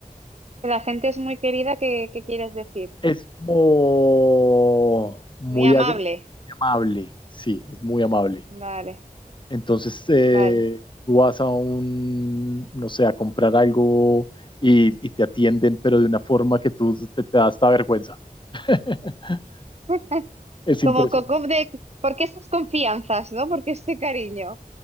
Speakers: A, on the right; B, on the left.
A: La gente es muy querida, ¿qué, qué quieres decir?
B: Es como muy
A: Muy amable.
B: agra- muy amable, sí, es muy amable.
A: Vale,
B: Entonces, eh,
A: vale.
B: tú vas a un, no sé, a comprar algo y, y te atienden, pero de una forma que tú te, te da hasta vergüenza. <laughs>
A: <laughs>
B: Es
A: Como,
B: impresionante.
A: co- como de, ¿por qué estas confianzas, no? ¿Por qué este cariño?